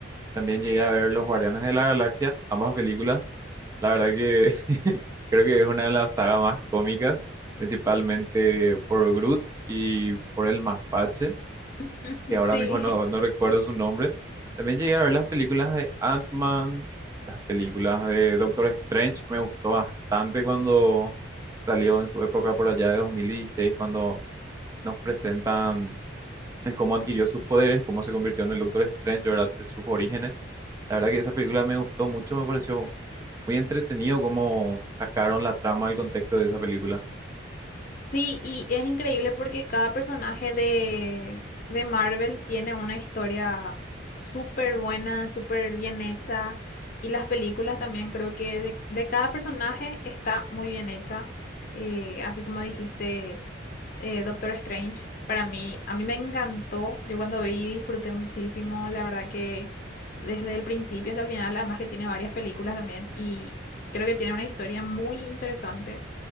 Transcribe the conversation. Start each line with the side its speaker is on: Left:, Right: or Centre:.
Right: También llegué a ver Los Guardianes de la Galaxia, ambas películas. La verdad que <laughs> creo que es una de las sagas más cómicas, principalmente por Groot y por el mapache,
Left: <laughs>
Right: que ahora
Left: Sí,
Right: mismo no, no recuerdo su nombre. También llegué a ver las películas de Ant-Man, las películas de Doctor Strange. Me gustó bastante cuando salió en su época por allá de 2016, cuando nos presentan el cómo adquirió sus poderes, cómo se convirtió en el Doctor Strange, ¿verdad? Sus orígenes. La verdad que esa película me gustó mucho, me pareció muy entretenido cómo sacaron la trama, el contexto de esa película.
Left: Sí, y es increíble porque cada personaje de, de Marvel tiene una historia súper buena, súper bien hecha. Y las películas también creo que de, de cada personaje está muy bien hecha. Eh, así como dijiste eh, Doctor Strange, para mí, a mí me encantó. Yo cuando vi disfruté muchísimo. La verdad que desde el principio hasta el final, además que tiene varias películas también y creo que tiene una historia muy interesante.